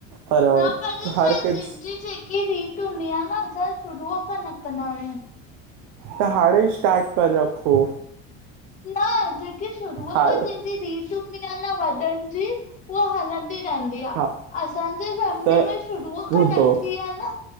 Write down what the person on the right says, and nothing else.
पर
हर
कंहिं
त हाणे स्टार्ट करे रखो।
हा
हा
त
ॿुधो